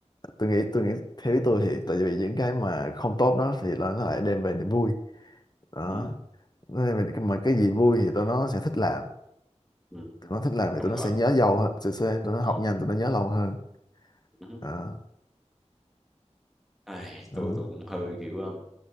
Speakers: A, on the left; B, in the centre.
A: tôi nghĩ tôi nghĩ theo ý tôi thì tại vì những cái mà không tốt đó thì là nó lại đem về niềm vui đó
B: ừ,
A: nên mà, mà cái gì vui thì tụi nó sẽ thích làm
B: ừ. Nói
A: tụi nó thích làm thì
B: chung
A: tụi nó
B: gọi
A: sẽ nhớ lâu hơn sẽ, sẽ tụi nó học
B: ừ.
A: nhanh tụi nó nhớ lâu hơn
B: ừ.
A: đó.
B: Ai,
A: Ừ.
B: tôi tôi cũng hơi kiểu um,